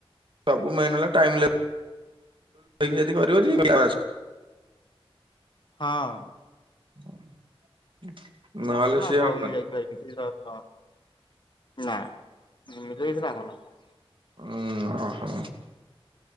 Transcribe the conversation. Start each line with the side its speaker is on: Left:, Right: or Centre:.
Right: ସବୁ ମେନ ହେଲା ଟାଇମ ଲେ ି ଯଦି କରିବ <inaudible>
Left: ହଁ
Right: <unintelligible>
Left: <unintelligible>
Right: ସିଏ ହବନି।
Left: ନା। ଏମିତି କିଛି ଲାଭ ନାହିଁ।
Right: ଉୁଁ ଅହ।